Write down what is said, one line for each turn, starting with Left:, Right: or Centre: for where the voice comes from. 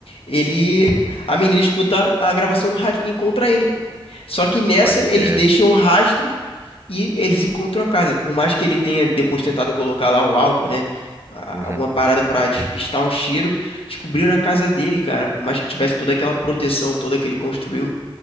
Left: ele. A menina escuta a gravação no rádio e encontra ele, pô. Só que nessa,
Right: pode
Left: eles
Right: crer.
Left: deixam o rastro E eles encontram a casa. Por mais que ele tenha depois tentado colocar lá o álcool, né? a-
Right: Uhum,
Left: Alguma parada pra despistar o cheiro, descobriram a casa dele, cara. Por mais que tivesse toda aquela proteção toda que ele construiu,